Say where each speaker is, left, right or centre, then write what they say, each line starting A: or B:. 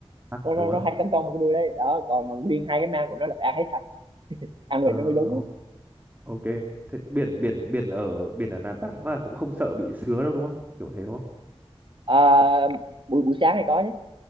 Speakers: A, on the right; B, on the right.
A: tắc
B: nó,
A: đúng
B: nó,
A: không
B: nó hay tấn công một cái đuôi đấy đó còn mà nguyên hai cái mang của nó là phải ăn hết sạch ăn
A: ờ
B: vậy nó mới đúng
A: ô- ok thế biển biển biển ở biển ở Đà Nẵng là cũng không sợ bị sứa đâu đúng không kiểu thế đúng không
B: à, buổi buổi sáng hay có nhé